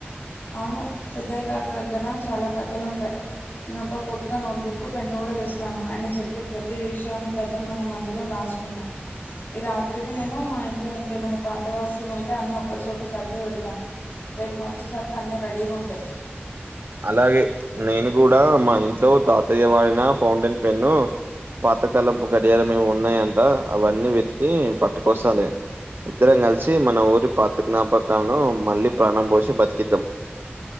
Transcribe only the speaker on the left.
అవును పెద్దయ్య తాత దగ్గర చాలా కథలుంటాయి. నేను ఒక కొత్త నోట్బుక్ పెన్ను కూడా తెస్తాను ఆయన చెప్పే ప్రతి విషయాన్ని కథను మనం అందులో రా. రాసుకుందాం. ఈ రాత్రికి నేను మా ఇంట్లో ఇంకేమైనా పాత వస్తువులు ఉంటే అన్ని ఒకచోట సర్ది పెడతాను. రేపు నువ్వు వచ్చేసరికి అన్నీ రెడీగా ఉంటాయి.